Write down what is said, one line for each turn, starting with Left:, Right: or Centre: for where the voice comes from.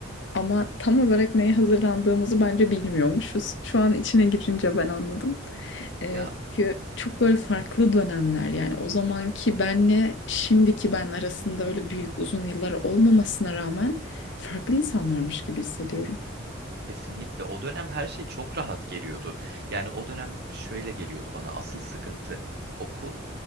Left: Ama tam olarak neye hazırlandığımızı bence bilmiyormuşuz. Şu an içine girince ben anladım. E,
Right: Ya
Left: çünkü çok böyle farklı dönemler yani o zamanki benle şimdiki ben arasında öyle büyük uzun yıllar olmamasına rağmen farklı insanlarmış gibi hissediyorum.
Right: kesinlikle o dönem her şey çok rahat geliyordu. Yani o dönem şöyle geliyordu bana asıl sıkıntı okul